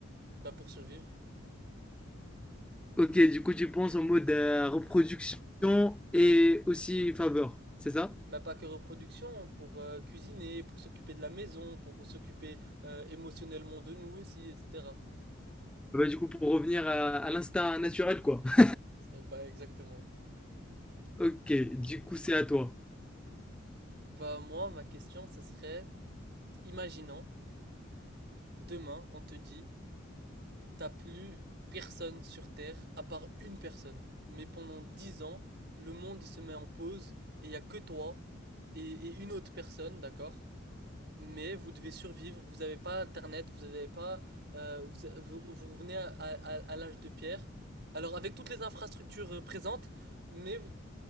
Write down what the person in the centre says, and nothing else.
Ok, du coup, tu penses en mode euh, reproduction et aussi faveur, c'est ça?
Bah du coup, pour revenir à, à l'instinct naturel, quoi. <laughs>
Ok, du coup, c'est à toi.